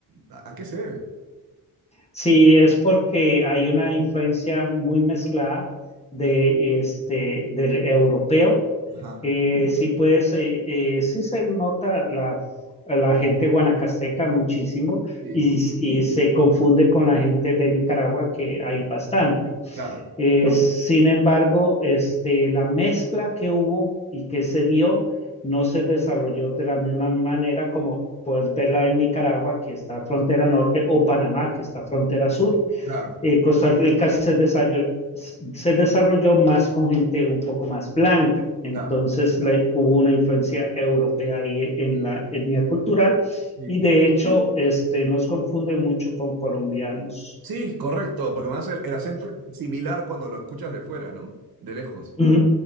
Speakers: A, on the right; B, on the left.
A: a, a qué se debe.
B: Sí, es porque hay una influencia muy mezclada de este del europeo.
A: Ajá,
B: Eh, sí, pues, eh, eh, sí se nota la, la gente guanacasteca muchísimo
A: sí,
B: y, y se confunde con la gente de Nicaragua, que hay bastante.
A: claro,
B: Eh, No. sin embargo, este, la mezcla que hubo y que se dio no se desarrolló de la misma manera como puedes verla en Nicaragua, que está frontera norte, o Panamá, que está frontera sur.
A: claro,
B: Eh, Costa Rica se desarrolló, se desarrolló más con gente un poco más blanca, entonces
A: claro,
B: la- hubo una influencia europea ahí en la etnia cultural
A: sí.
B: y de hecho este, nos confunde mucho con colombianos.
A: Sí, correcto, porque más el, el acento es similar cuando lo escuchas de fuera, ¿no? De lejos.
B: Ujú,